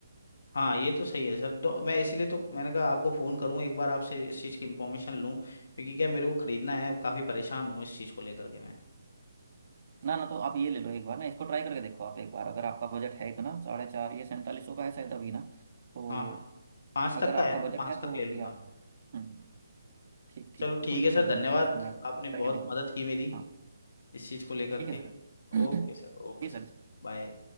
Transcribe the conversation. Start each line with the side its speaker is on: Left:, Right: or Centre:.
Left: हाँ ये तो सही है सर तो मैं इसीलिए तो मैंने कहा आपको फ़ोन करूँ एक बार आपसे इस चीज़ की इन्फॉर्मेशन लूँ क्योंकि क्या मेरे को खरीदना है काफ़ी परेशान हूँ इस चीज़ को लेकर के मैं
Right: ना ना तो आप ये ले लो एक बार ना इसको ट्राई करके देखो आप एक बार अगर आपका बजट है इतना साढ़े चार ये सैंतालीस सौ का है शायद अभी ना तो
Left: हाँ पाँच
Right: अगर
Left: तक का
Right: आपका
Left: है मतलब
Right: बजट
Left: पाँच
Right: है तो
Left: तक ले
Right: अभी
Left: लूंगा
Right: आप
Left: मैं।
Right: हम्म ठीक ठीक
Left: चलो ठीक
Right: कोई दिक्कत
Left: है सर
Right: नहीं
Left: धन्यवाद
Right: है, फिर इसमें आप
Left: आपने
Right: एक बार
Left: बहुत
Right: ट्राई के देखना
Left: मदद की मेरी
Right: हाँ
Left: इस चीज़ को लेकर
Right: ठीक
Left: के
Right: है सर <clears throat>
Left: Okay sir
Right: <coughs>
Left: okay
Right: जी
Left: sir
Right: सर
Left: bye